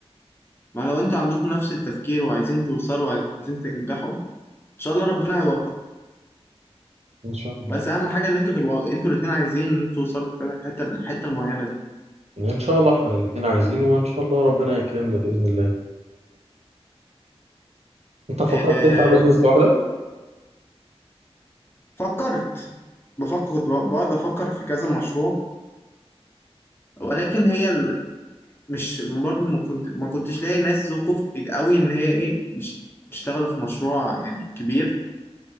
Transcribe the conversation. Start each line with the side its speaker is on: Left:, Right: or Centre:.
Left: ما لو انتوا عندكم نفس التفكير وعايزين توصلوا وعايزين تنجحوا ان شاء الله ربنا هيوفقكم
Right: إن شاء الله
Left: بس اهم حاجه ان انتوا تبقوا انتوا الاتنين عايزين ان انتوا توصلوا كده الحته الحته المعينه دي
Right: إن شاء الله إحنا الاتنين عايزين وإن شاء الله ربنا يكرمنا بإذن الله أنت فكرت
Left: آه،
Right: تفتح بيزنس لوحدك؟
Left: فكرت بفكر كنت بقعد افكر في كذا مشروع ولكن هي ال... مش برضه ما كنت ما كنتش لاقي ناس ذو كفء قوي ان هي ايه يش- يشتغلوا في مشروع يعني كبير